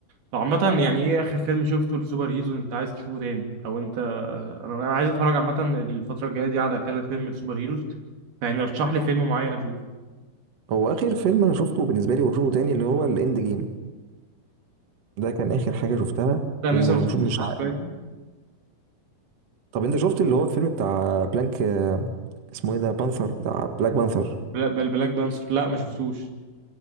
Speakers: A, on the right; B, on the right.
A: طب عامة يعني ايه اخر فيلم شفته لسوبر هيرو انت عايز تشوفه تاني او انت انا أنا عايز اتفرج عامة الفترة الجاية دي على كذا فيلم لسوبر هيروز يعني رشح لي فيلم معين اشوفه
B: هو اخر فيلم انا شفته بالنسبه لي وبشوفه تاني اللي هو الاند جيم ده كان اخر حاجه شفتها
A: لا انا
B: ومش
A: لسه ما شفتوش
B: مش
A: لحد
B: عارف
A: دلوقتي
B: طب انت شفت اللي هو الفيلم بتاع بلانك آه، اسمه ايه ده بانثر بتاع بلاك بانثر
A: بلا- بلا- بلاك بانثر لا ما شفتوش